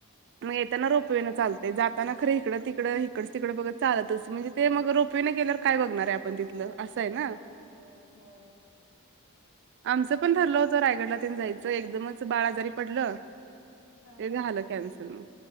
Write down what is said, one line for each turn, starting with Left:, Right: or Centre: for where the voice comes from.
Right: मग येताना रोपवे न चालतंय जाताना खरं इकडं तिकडं इकडच तिकडं बघत चालतच म्हणजे ते मग रोपवे ने गेल्यावर काय बघणार आहे आपण तिथलं? असं आहे ना
Left: हो होया होया.
Right: आमचं पण ठरलं होतं रायगडला तेन जायचं एकदमच बाळ आजारी पडलं.
Left: हा
Right: ते झालं कॅन्सल म